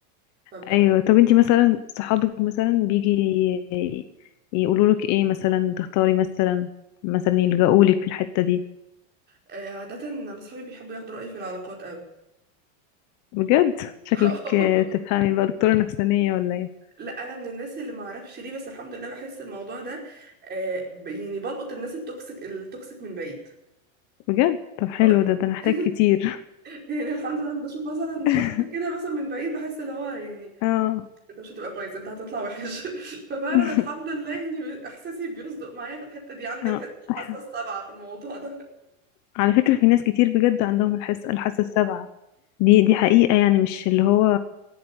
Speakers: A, on the right; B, on the left.
A: فبح...
B: أيوة طب أنتي مثلا صحابك مثلا بيجي يقولوا لك إيه مثلا تختاري مثلا مثلا يلجأوا لك في الحتة دي
A: آه، عادة انا اصحابي بيحبوا ياخدوا رأيي في العلاقات قوي
B: بجد شكلك
A: <laughs>
B: آه، تفهمي بقى دكتورة نفسانية ولا إيه
A: لا انا من الناس اللي ما اعرفش ليه بس الحمد لله بحس الموضوع ده آه، ب- يعني بلقط الناس التوكسيك التوكسيك من بعيد
B: بجد طب حلو
A: <laughs>
B: ده ده أنا هحتاج كتير
A: يعني الحمد لله لما بشوف مثلا
B: <laughs>
A: شخص كده مثلا من بعيد بحس اللي هو يعني
B: اه
A: انت مش هتبقى كويس انت هتطلع وحش <laughs> ففعلا
B: <laughs>
A: الحمد لله يعني احساسي بيصدق معايا في الحته دي عندي
B: اه
A: الحس- الحاسه
B: أحلى.
A: السابعه في الموضوع ده
B: على فكرة في ناس كتير بجد عندهم الحس الحاسة السابعة دي دي حقيقة يعني مش اللي هو